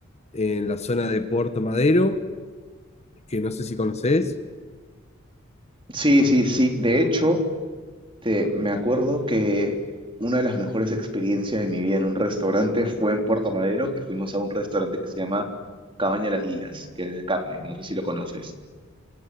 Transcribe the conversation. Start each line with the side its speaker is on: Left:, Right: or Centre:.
Left: en la zona de Puerto Madero, que no sé si conoces.
Right: Sí, sí, sí. De hecho, te, me acuerdo que una de las mejores experiencias de mi vida en un restaurante fue en Puerto Madero, que fuimos a un restaurante que se llama Cabaña Las Lilas, que es de carne. No sé si lo conoces.